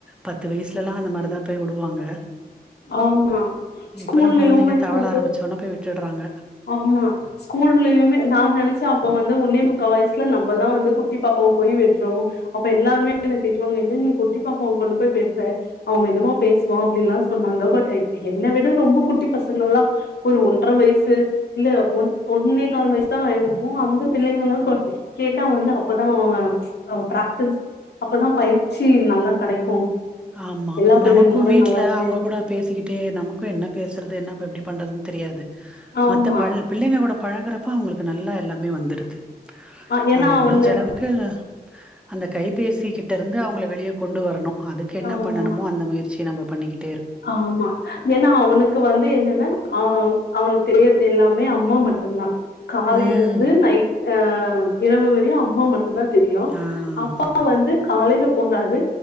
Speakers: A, in the centre; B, on the left.
A: பத்து வயசுலெல்லா அந்த மாரிதா போய் வுடுவாங்க
B: ஆமா ஸ்கூல்லயுமே
A: இப்பல்லா கொழந்தைங்க தவள
B: வந்து
A: ஆரம்பிச்சோனா போய் விட்டுறாங்க
B: ஆமா ஸ்கூல்லயுமே நா நெனச்சா அப்ப வந்து ஒன்னே முக்கா வயசுல நம்மதா வந்து குட்டி பாப்பாவ போய் விட்றோ அப்ப எல்லாருமே என்ன திட்டுவாங்க இல்ல நீ குட்டி பாப்பாவ கொண்டு போய் விட்ற அவன் மெதுமா பேசுவா அப்டின்ல்லா சொன்னாங்க பட் என்ன விட ரொம்ப குட்டி பசங்கள்லா ஒரு ஒன்ற வயசு இல்ல ஒ ஒன்னே கால் வயசு தா இருக்கு அந்த பிள்ளைங்கல்லா கேட்டா வந்து அப்பதா பிராக்டிஸ் அப்பதா பயிற்சி நல்லா கெடைக்கு
A: ஆமா
B: எல்லா பிள்ளைங்களோட
A: நமக்கு வீட்ல
B: நல்லா சே-
A: அவுங்க கூட பேசிக்கிட்டே நமக்கு என்ன பேசுறது என்ன ப எப்டி பண்றது தெரியாது
B: ஆமா
A: மத்த ப பிள்ளைங்களோட பழகுறப்ப அவுங்களுக்கு நல்லா எல்லாமே வந்துருது
B: அ- ஏன்னா
A: நம்ம
B: அவனு
A: முடிஞ்ச அளவு க்கு அந்த கைபேசி கிட்ட இருந்து அவுங்கள வெளியே கொண்டு வரணு கென்னா
B: ஆமா
A: பண்ணணுமோ அந்த முயற்சி நம்ம பண்ணிக்கிட்
B: ஆமா ஏனா அவனுக்கு வந்து என்னென்னா ஆ அவனுக்கு தெரியற்து எல்லாமே அம்மா மட்டுந்தா காலைல
A: ம்
B: இருந்து நைட் ஆ இரவு வரையு அம்மா மட்டுந்தா தெரியு
A: ஆ
B: அப்பா
A: அதா
B: வந்து காலைல போறாரு